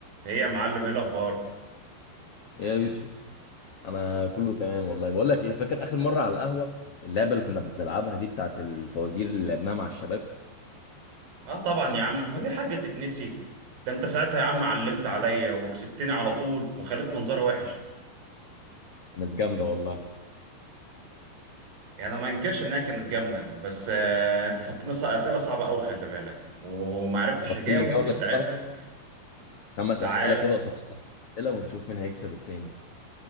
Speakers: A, on the right (about 50°); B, on the left (about 90°).
A: ايه يا معلم ايه الاخبار
B: إيه يا يوسف انا كله تمام والله بقول لك ايه فاكر اخر مره على القهوه اللعبه اللي كنا بنلعبها دي بتاعت الفوازير اللي لعبناها مع الشباب
A: اه طبعا يا عم هو دي حاجه تتنسي ده انت ساعتها يا عم علمت عليا وكسبتني على طول وخليت منظري وحش
B: كانت جامده والله
A: يعني انا ما انكرش انها كانت جامده بس آه انت سبتني ص- اسئله صعبه قوي خلي بالك وما عرفتش
B: طب
A: اجاوب
B: تيجي جوله
A: <laughs> ساعتها
B: دلوقتي خمس
A: تعالى
B: اسئله كده قصاد خمس اسئله ونشوف مين هيكسب التاني